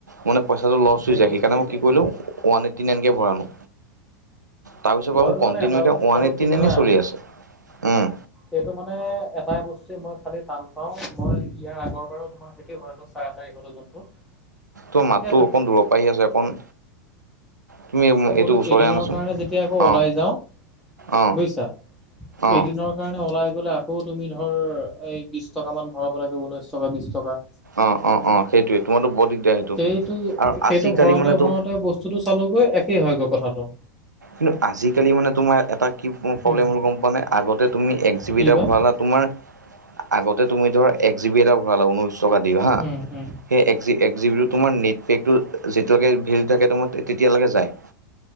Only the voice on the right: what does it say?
মানে পইছাটো লচ
হৈ যায় সেইকাৰণে মই
কি কৰিলো
ওৱান এইটটি নাইনকে ভৰালো তাৰপিছৰ পৰা
মো কণ্টিনউ
এতিয়া
ওৱান
এইটি
নাইনে
চলি আছে উম
তো মাততো
অকণ দূৰ পৰা আহি আছে অকণ তুমি
এইটো ওচৰলৈ
আনাচোন
অ
অ
অ
অ অ অ সেইটোৱেতো তোমাৰটো বৰ দিগদাৰ
আৰু
আজিকালি
মানেতো
কিন্তু আজিকালি মানে তোমাৰ এটা কি প্ৰব্লেম
হ'ল গম পোৱা নে, আগতে তুমি এক জিবি
এটা
ভৰালা তোমাৰ আগতে তুমি ধৰা এক জিবি এটা ভৰালা ঊনৈশ টকা দি হা,
সেই এক এক জিবি তোমাৰ নেট পেকটো যেতিয়া লৈকে ভেলি থাকে, তেতিয়ালৈকে যায়।